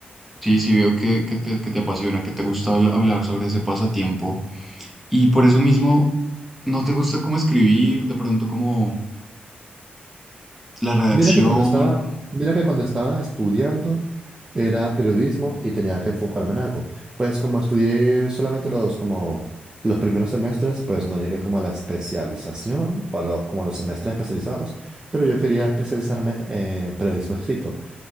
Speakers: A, in the centre; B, on the right (about 20°).
A: Sí, sí, veo que, que te, que te apasiona, que te gusta habl- hablar sobre ese pasatiempo. Y por eso mismo, ¿no te gusta cómo escribir? De pronto, como la redacción.
B: Mira que cuando estaba, mira que cuando estaba estudiando era periodismo y tenía que enfocarme en algo. Pues como estudié solamente los como los primeros semestres, pues no llegué como a la especialización o a los como a los semestres especializados, pero yo quería especializarme en periodismo escrito.